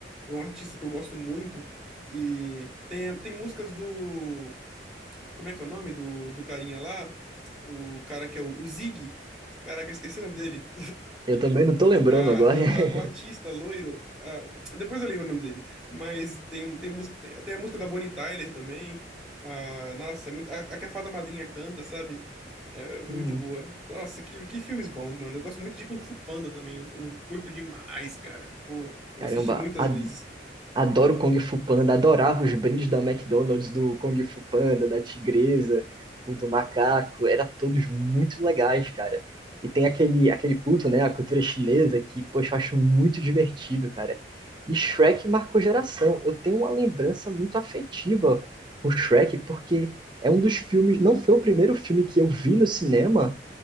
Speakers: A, in the centre; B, on the right.
A: É um artista que eu gosto muito. E tem, tem músicas do. Como é que é o nome do, do carinha lá? O cara que é o, o Ziggy. Caraca, eu esqueci o nome dele.
B: Eu também não tô lembrando
A: Ah,
B: agora.
A: é
B: <laughs>
A: o, o artista loiro. Ah, depois eu lembro o nome dele. Mas tem, tem, mús- tem, tem a música da Bonnie Tyler também. Ah, nossa, é muito, a, a que a Fada Madrinha canta, sabe? É muito
B: Sim,
A: boa. Nossa, que, que filmes bons, mano. Eu gosto muito de Kung Fu Panda também. Eu curto demais, cara. Pô, eu
B: Caramba,
A: assisti muitas
B: há
A: vezes.
B: Adoro Kung Fu Panda, adorava os brindes da McDonald's, do Kung Fu Panda, da Tigresa, o do macaco, era todos muito legais, cara. E tem aquele, aquele culto, né, a cultura chinesa, que, poxa, eu acho muito divertido, cara. E Shrek marcou geração. Eu tenho uma lembrança muito afetiva com Shrek, porque é um dos filmes, não foi o primeiro filme que eu vi no cinema,